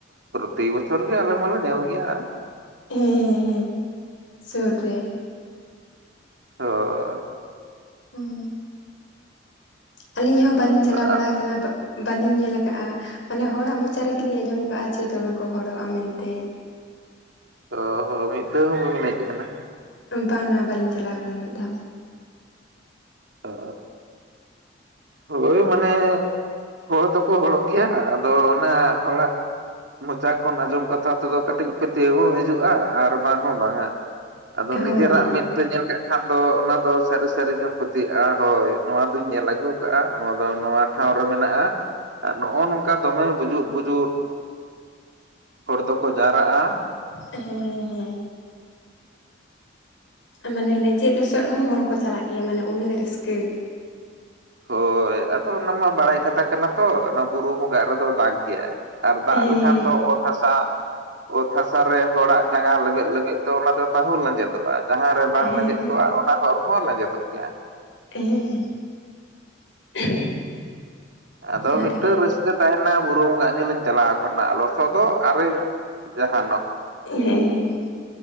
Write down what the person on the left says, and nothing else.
ᱦᱮᱸ ᱦᱮᱸ ᱦᱮᱸ ᱥᱳᱫ ᱨᱮ
ᱦᱩᱸᱻ ᱟᱹᱞᱤᱧ ᱦᱚᱸ ᱵᱟᱹᱞᱤᱧ
ᱪᱟᱞᱟᱣ ᱵᱟᱲᱟ ᱟᱠᱟᱱᱟ ᱵᱟ ᱵᱟᱞᱤᱧ ᱧᱮᱞ ᱟᱠᱟᱫᱼᱟ ᱢᱟᱱᱮ ᱦᱚᱲᱟᱜ ᱢᱚᱪᱟ ᱨᱮᱜᱮᱞᱤᱧ ᱟᱸᱡᱚᱢ ᱟᱠᱟᱫᱼᱟ ᱡᱮ ᱫᱚᱢᱮ ᱠᱚ ᱦᱚᱲᱚᱜᱼᱟ ᱢᱮᱱᱛᱮ᱾
ᱵᱟᱝᱼᱟ ᱵᱟᱹᱞᱤᱧ ᱪᱟᱞᱟᱣ ᱟᱠᱟᱱᱟ ᱢᱤᱫ ᱫᱷᱟᱣ ᱦᱚᱸ᱾
ᱦᱳᱭ
ᱦᱮᱸ ᱦᱮᱸ᱾ ᱢᱟᱱᱮ ᱞᱮᱸᱡᱮᱛ ᱞᱚᱥᱚᱫ ᱨᱮᱦᱚᱸ ᱦᱚᱲ ᱠᱚ ᱪᱟᱞᱟᱜ ᱜᱮᱭᱟ ᱢᱟᱱᱮ ᱩᱱᱟᱹᱜ ᱨᱟᱹᱥᱠᱟ᱾
ᱦᱮᱸ
ᱦᱮᱸ
ᱦᱮᱸ
ᱦᱮᱸ
ᱦᱮᱸᱻ <inaudible>
ᱚᱱᱟ
ᱛᱮᱜᱮ
ᱦᱮᱸ ᱦᱮᱸ ᱾